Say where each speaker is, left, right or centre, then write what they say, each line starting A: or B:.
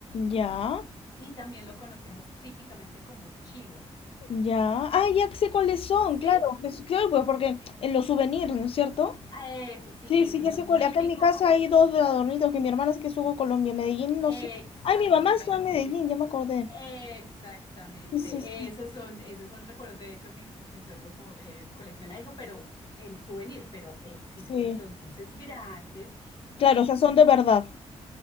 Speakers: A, on the left; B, on the left.
A: Ya,
B: y también lo conocemos típicamente como chivas.
A: ya. Ah, ya sé cuáles son,
B: ¿Sí?
A: claro. Es- Claro, pues porque en los souvenirs, ¿no es cierto?
B: Eso sí,
A: Sí,
B: eso
A: sí,
B: es
A: ya
B: muy
A: sé cuál.
B: típico.
A: Acá en mi casa hay dos de adornitos que mi hermana es que estuvo en Colombia, en Medellín, no
B: Exactamente,
A: sé. Ay, mi mamá estuvo en Medellín, ya me acordé.
B: exactamente.
A: Sí, sí, sí.
B: Esos son, esos son los recuerdos. De hecho, mi, mi suegro co- eh, colecciona eso, pero en souvenir, pero existen
A: sí.
B: los buses grandes y
A: Claro, o sea, son de verdad.